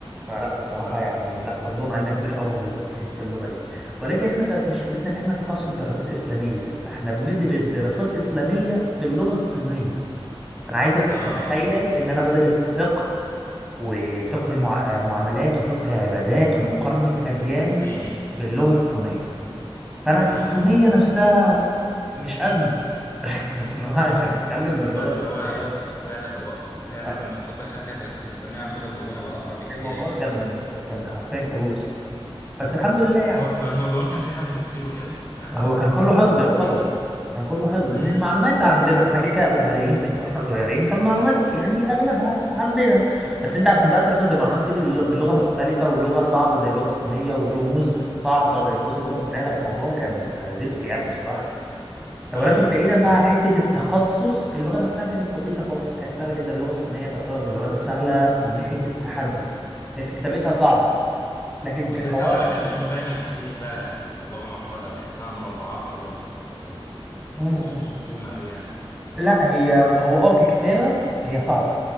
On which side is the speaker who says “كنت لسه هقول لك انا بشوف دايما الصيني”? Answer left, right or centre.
Left